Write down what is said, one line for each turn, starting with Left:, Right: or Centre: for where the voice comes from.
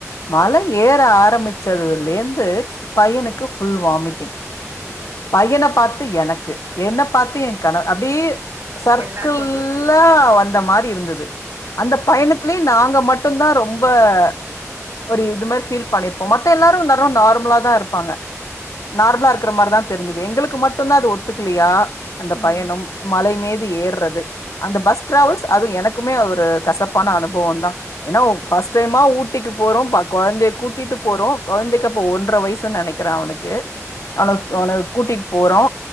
Left: மலை ஏற ஆரம்பிச்சதுலேந்து பையனுக்கு புல் வாமிட்டிங்
Right: ஆ,
Left: பையன பாத்து எனக்கு என்ன பாத்து என் கணவ அப்டியே சர்க்கல்லா
Right: எல்லாருக்கும் வந்துரும்
Left: வந்த மாரி இருந்தது அந்த
Right: ம்,
Left: பயணத்
Right: ம்,
Left: நாங்க மட்டுந்தா ரொம்ப ஹ ஒரு இது மாரி ஃபீல் பண்ணிருப்போ மத்த எல்லாரு நேரம் நார்மலாத்தா இருப்பாங்க நார்மலா இருக்கிற மாரிதா தெரிஞ்சது எங்களுக்கு மட்டும்தான் அது ஒத்துக்கலையா அந்த பயணம்
Right: ம்.
Left: மலைமேது ஏற்றது அந்த பஸ் ட்ராவெல்ஸ் அதுவு எனக் குமே ஒரு கசப்பான அனுபவம் தா ஏன்னா ஃபஸ்டு டைமா ஊட்டிக்கு போறோ பக் கொழந்தையாய கூட்டிட்டு போறோ கொழந்தைக்கு அப்ப ஒன்ற வயசுன்னு நெனைக்கிற அவனுக்கு அவனக்கு
Right: ம்,
Left: அவன
Right: ம்.
Left: கூட்டிட் போறோ